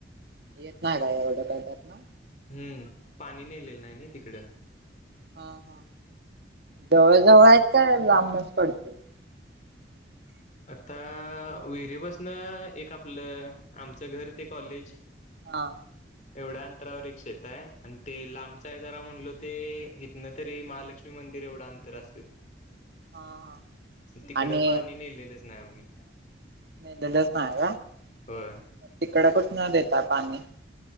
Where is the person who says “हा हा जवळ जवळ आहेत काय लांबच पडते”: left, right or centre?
Right